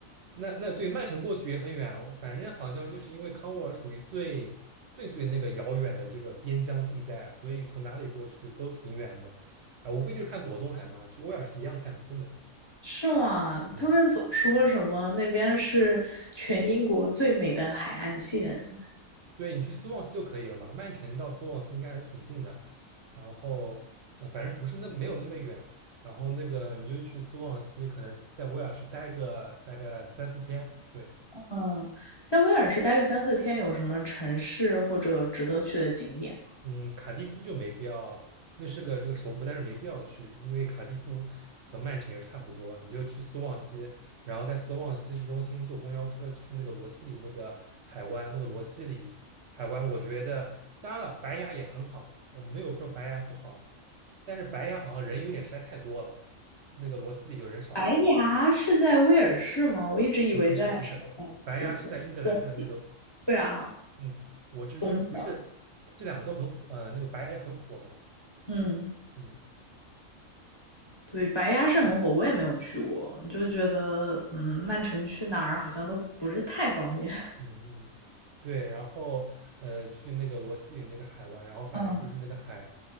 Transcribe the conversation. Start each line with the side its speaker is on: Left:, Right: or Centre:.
Right: 那那对曼城过去也很远，反正好像就是因为康沃尔属于最最最那个遥远的这个边疆地带，所以从哪里过去都挺远的，啊、无非就是看果冻海嘛，去威尔士一样看的，真的，
Left: 是吗？
Right: 嗯，
Left: 他们总说什么那边是全英国最美的海岸线，
Right: 对你去斯旺西就可以了嘛，曼城到斯旺西应该还是挺近的，然后呃，反正不是那没有那么远，然后那个你就去斯旺西，可能在威尔士待个大概三四天，对，
Left: 嗯，在威尔士待个三四天，有什么城市或者值得去的景点？
Right: 嗯，卡蒂夫就没必要，那是个这个首府，但是没必要去，因为卡蒂夫和曼城又差不多，你就去斯旺西，然后在斯旺西市中心坐公交车去那个罗西里那个海湾，那个罗西里海湾，我觉得当然了，白牙也很好，我没有说白牙不好，但是白牙好像人有点实在太多了，那个罗西里就人少一点。
Left: 白崖是在威尔士吗？我一直以为在什么有东东，
Right: 哦，不是不是，白牙是在英格兰，在那个
Left: 对啊，
Right: 嗯，我这就是不是这两个都很火，
Left: 东边儿
Right: 呃，那个白牙也很火嘛，
Left: 嗯，
Right: 嗯。
Left: 对，白崖是很火，我也没有去过，就觉得嗯，曼城去哪儿好像都不是太方便。
Right: 嗯嗯，对，然后呃，去那个罗西里那个海湾，然后反正就是那个海，
Left: 嗯，